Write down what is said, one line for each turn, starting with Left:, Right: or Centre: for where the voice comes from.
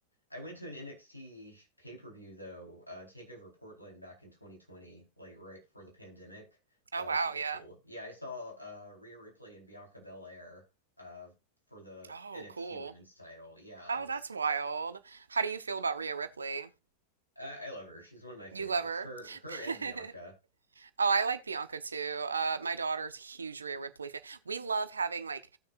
Left: I went to an NXT pay-per-view though, uh, Takeover Portland back in 2020, like right before the pandemic. That
Right: Oh
Left: was
Right: wow,
Left: really
Right: yeah.
Left: cool. Yeah, I saw uh, Rhea Ripley and Bianca Belair uh, for the
Right: Oh,
Left: NXT
Right: cool.
Left: Women's title. Yeah,
Right: Oh,
Left: I was
Right: that's wild. How do you feel about Rhea Ripley?
Left: I, I love her. She's one of my favorites.
Right: You love her?
Left: Her her and Bianca.
Right: <laughs> Oh, I like Bianca too. Uh, my daughter's a huge Rhea Ripley fan. We love having like